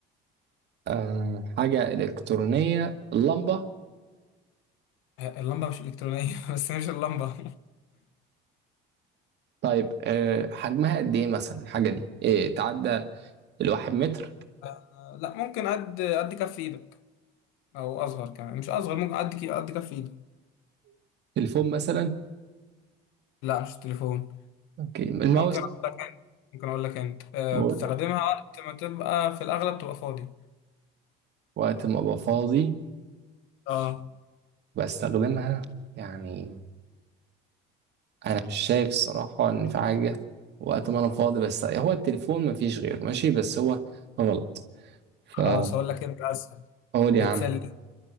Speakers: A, on the right (about 55°); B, on the left (about 75°).
A: آه حاجة إلكترونية اللمبة
B: آه، اللمبة مش إلكترونية <laughs> بس هي مش اللمبة
A: طيب آه حجمها قد إيه مثلا الحاجة دي؟ إيه تعدى الواحد متر؟
B: <laughs> آه، لا ممكن قد قد كف إيدك او اصغر كمان مش اصغر ممكن قد كي- قد كف ايدي
A: تليفون مثلا؟
B: لا مش التليفون
A: أوكي الماوس
B: ممكن اقول لك انت ممكن اقول لك انت أه
A: أقول
B: بتستخدمها وقت ما تبقى في الاغلب تبقى فاضي
A: وقت ما أبقى فاضي
B: اه
A: بستخدمها يعني أنا مش شايف الصراحة إن في حاجة وقت ما أنا فاضي بس هو التليفون مفيش غيره ماشي بس هو غلط فأقول
B: خلاص اقول لك انت اسهل بتسليك
A: يا عم